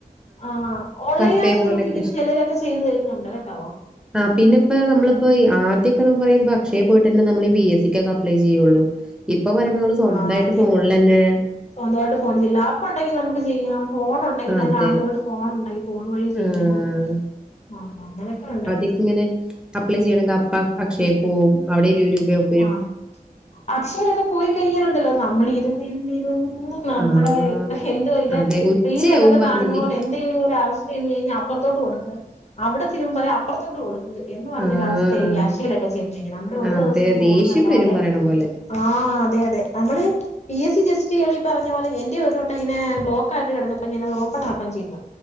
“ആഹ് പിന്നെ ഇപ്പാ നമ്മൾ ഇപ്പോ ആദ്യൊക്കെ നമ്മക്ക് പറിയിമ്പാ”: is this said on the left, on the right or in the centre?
Centre